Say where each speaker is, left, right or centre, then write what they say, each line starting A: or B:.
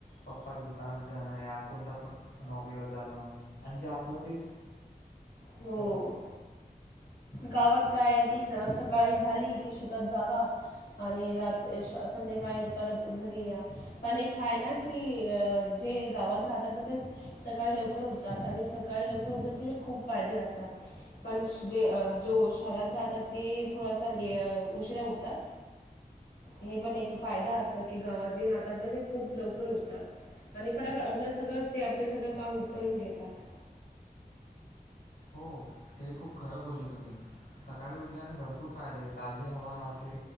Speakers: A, on the left; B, on the left.
A: पप्पाच्या दुकानात जाणं या कोणता पण नोकरीवर जाणं आणखी आपलं तेच
B: हो
A: तसंच
B: गावात काय की सकाळी झाली कि शेतात जावा आणि रात संध्याकाळी परत घरी या पण एक हय ना की अ जे गावात राहतात ना ते सकाळी लवकर उठतात आणि सकाळी लवकर उठण्याचेी खूप फायदे असतात पण जे जो शहरात राहतात ते थोडासा उशिरा उठतात हे पण एक फायदा असतात की गावात जे राहतात ना ते खूप लोक होतात आणि फटाफट आपण सगळं ते आपलं सगळं काम करून घेतात
A: हो हे खूप खरं बोलले तुम्ही सकाळी उठल्याने भरपूर फायदे ताजी हवा राहते